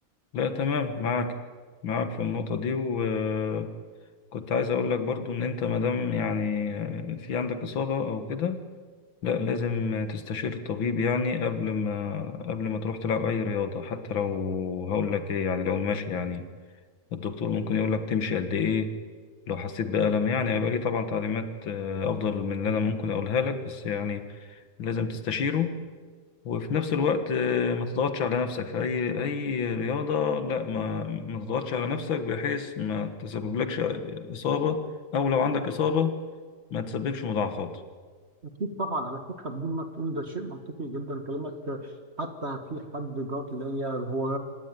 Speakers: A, on the left; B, on the right.
A: لا تمام معاك معاك في النقطة دي وكنت عايز أقول لك برضو إن أنت مادام يعني في عندك إصابة أو كده لا لازم تستشير الطبيب يعني قبل ما قبل ما تروح تلعب أي رياضة حتى لو هقول لك إيه يعني لو المشي يعني الدكتور ممكن يقول لك تمشي قد إيه لو حسيت بألم يعني هيبقى ليه طبعا تعليمات آه، أفضل من اللي أنا ممكن أقولها لك بس يعني لازم تستشيره وفي نفس الوقت آه، ما تضغطش على نفسك في أي أي رياضة لا ما ما تضغطش على نفسك بحيث ما تسببلكش إصابة أو لو عندك إصابة ما تسببش مضاعفات
B: أكيد طبعا على فكرة بدون ما تقول ده شيء منطقي جدا كلامك حتى في حد جات ليا هو